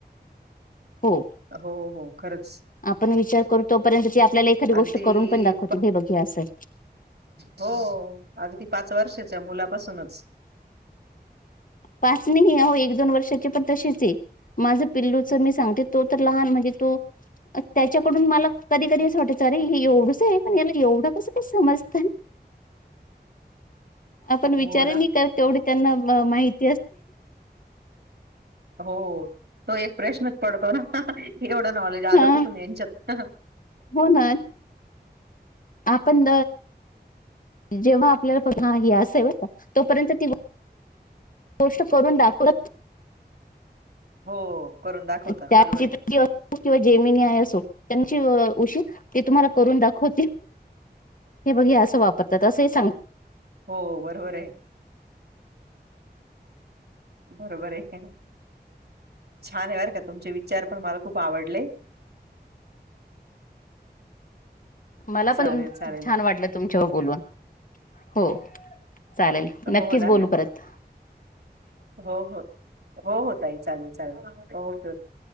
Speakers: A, on the left (about 50°); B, on the right (about 65°).
A: हो
B: हो हो. हो खरंच.
A: आपण विचार करू तोपर्यंत ती आपल्याला एखादी
B: अगदी
A: गोष्ट करून पण दाखवते हे बघ असं हाय.
B: हो. अगदी पाच वर्षाच्या मुलापासूनच.
A: पाच नाही ओ एक-दोन वर्षाची पण तशीच आहे. माझं पिल्लूच मी सांगते तो तर लहान म्हणजे तो त्याच्याकडून मला कधी कधी असं वाटायचं हे एवढंच आहे पण याला एवढं कसं काय समजतं.
B: <inaudible>
A: आपण विचार
B: हो ना.
A: नाही कर तेवढे त्यांना माहित
B: हो तो एक प्रश्नच पडतो ना. एवढं नॉलेज आलं
A: हा
B: कुठून यांच्यात?
A: हो ना. आपण जेव्हा आपल्याला पन ह असेव तोपर्यंत ती गोष्ट करून दाखव
B: हो. करून दाखवतात
A: त्या चॅट
B: बरोबर
A: जीपीटी
B: आहे
A: असो किंवा जेमिनी आहे असो त्यांची उशीर ते तुम्हाला करून दाखवतील. हे बघ असं वापरतात असं सांग.
B: हो बरोबर आहे. बरोबर आहे. छान आहे बर का तुमचे वि विचार पण मला खूप आवडले.
A: मला पण
B: चालेल चालेल.
A: छान वाटलं तुमच्यावर बोलून हो, चालेल नक्कीच
B: हो ना,
A: बोलू परत
B: हो हो हो हो ताई चालेल चालेल हो, ओके-ओके